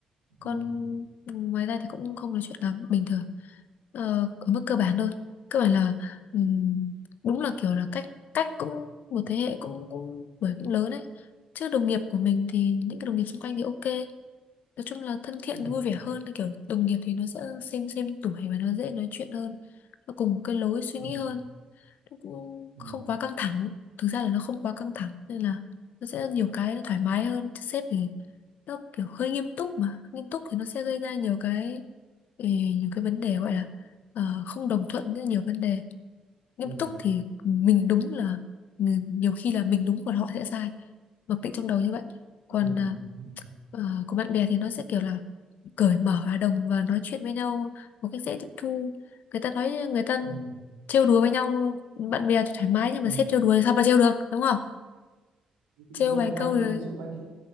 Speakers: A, on the left; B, on the right.
A: còn
B: Ừ.
A: ngoài ra thì cũng không nói chuyện lắm bình thường ờ, ở mức cơ bản thôi cơ bản là ừm, đúng là kiểu là cách cách cũng một thế hệ cũng cũng bởi cũng lớn đấy chứ đồng nghiệp của mình thì những cái đồng nghiệp xung quanh thì ok nói chung là thân thiện
B: ừ
A: vui vẻ hơn thì kiểu đồng nghiệp thì nó sẽ xem xem tuổi và nó dễ nói chuyện hơn nó cùng cái lối suy
B: ừ
A: nghĩ hơn nó cũng
B: ừ
A: không quá căng thẳng thực ra là nó không quá căng thẳng nên là nó sẽ nhiều cái nó thoải mái hơn chứ sếp thì nó kiểu hơi nghiêm túc mà nghiêm túc thì nó sẽ gây ra nhiều cái ừ, nhiều cái vấn đề gọi là ờ, không đồng thuận với nhiều vấn đề nghiêm
B: ừ ừ
A: túc thì mình đúng là nhiều khi là mình đúng còn họ sẽ sai mặc định trong đầu như vậy còn
B: ừ
A: à,
B: ừ
A: Ờ, của bạn bè thì nó sẽ kiểu là cởi mở và đồng và nói chuyện với nhau một cách dễ tiếp thu người ta nói người ta
B: ừ ừ
A: trêu đùa với nhau bạn bè thì thoải mái nhưng mà
B: Ừ.
A: sếp trêu đùa thì sao mà trêu được đúng không
B: đúng
A: trêu
B: rồi
A: vài
B: nhưng mà
A: câu rồi
B: như ví dụ mai kia